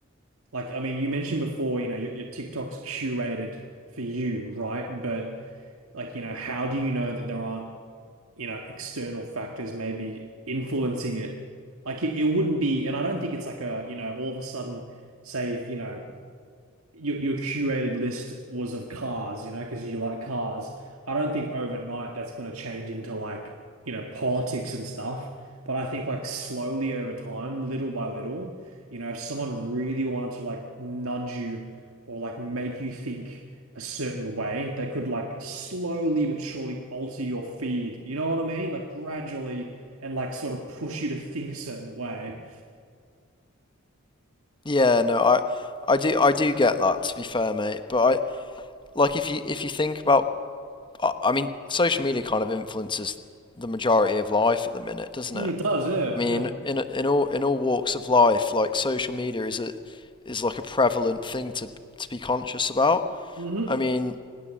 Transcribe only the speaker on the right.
Like, I mean, you mentioned before, you know, your, your TikTok's curated for you, right? But like, you know, how do you know that there aren't, you know, external factors maybe influencing it? Like, it, it wouldn't be, and I don't think it's like a, you know, all of a sudden, say if, you know, your your curated list was of cars, you know, because you like cars. I don't think overnight that's going to change into like, you know, politics and stuff. But I think like slowly over time, little by little, you know, if someone really wanted to like nudge you or like make you think a certain way, they could like slowly but surely alter your feed. You know what I mean? Like gradually and like sort of push you to think a certain way.
Mm,
it does, yeah,
yeah.
Mm-hmm.